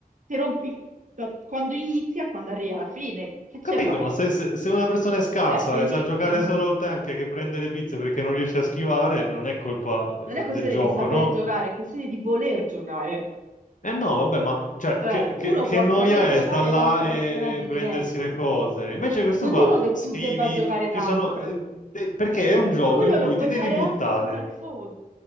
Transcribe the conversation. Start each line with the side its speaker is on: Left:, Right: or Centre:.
Right: ti rompi da quando inizi a quando arrivi alla fine. Che
Left: Ho
Right: ce
Left: capito,
Right: fai?
Left: ma se, se- se una persona è scarsa
Right: È bellissimo.
Left: e sa giocare solo il tank che prende le pizze perché non riesce a schivare, non è colpa eh,
Right: Non è questione
Left: del gioco,
Right: di saper
Left: no?
Right: giocare, è questione di voler giocare.
Left: Eh no, vabbè, ma cioè,
Right: Cioè,
Left: che, che-
Right: uno
Left: che
Right: può
Left: noia
Right: saper giocare
Left: è sta là
Right: tanti
Left: e,
Right: personaggi
Left: e prendersi
Right: diversi.
Left: le cose. Invece questo
Right: Non
Left: qua,
Right: dico che
Left: scrivi,
Right: tu debba giocare
Left: ci
Right: tank,
Left: sono... eh, de- perché è un gioco
Right: Ma quello
Left: in cui
Right: lo puoi
Left: ti devi
Right: fare
Left: buttare.
Right: anche su Dark Souls.